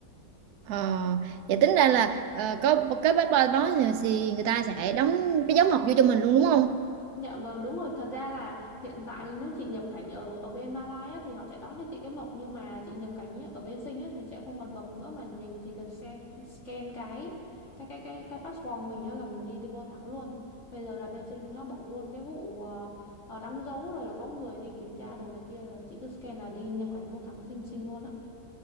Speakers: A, on the right (about 75°); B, on the left (about 45°).
A: Ờ, vậy tính ra là ờ, có cái passport đó thì người ta sẽ đóng cái dấu mộc vô cho mình luôn đúng không?
B: Dạ vâng đúng rồi thật ra là hiện tại là nếu chị nhập cảnh ở ở bên Malaysia á, thì họ sẽ đón cho chị cái mộc nhưng mà chị nhập cảnh ấy, ở bên Sing á, thì sẽ không còn mộc nữa mà mình chỉ cần scan, scan cái cái cái cái cái passport của mình á, là mình đi đi vô thẳng luôn bây giờ là bên Sing nó bỏ luôn cái vụ ờ, ờ, đóng dấu rồi là có người đi kiểm tra đồ này kia rồi chị cứ scan là đi nhập cảnh vô thẳng Sing Sing luôn á